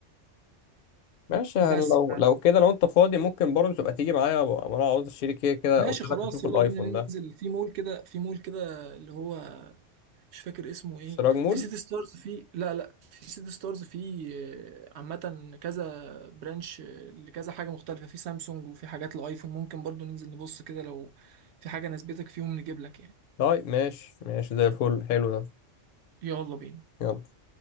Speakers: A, on the left (about 60°); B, on the right (about 65°).
A: ماشي يعني
B: بس
A: لو
B: ف-
A: لو كده لو انت فاضي ممكن برضه تبقى تيجي معايا أبقى- انا عاوز اشتري كده كده
B: ماشي
A: قلت
B: خلاص
A: لك اشوف
B: يلا
A: الايفون
B: بينا ننزل
A: ده
B: في مول كده في مول كده اللي هو مش فاكر اسمه ايه
A: سراج مول
B: في سيتي ستارز في لا لا في سيتي ستارز في آه، عامه كذا برانش آه، لكذا حاجه مختلفه في سامسونج وفي حاجات الايفون ممكن برضو ننزل نبص كده لو في حاجه نسبتك فيهم نجيب لك يعني
A: طيب ماشي ماشي زي الفل حلو ده
B: يلا بينا
A: يلا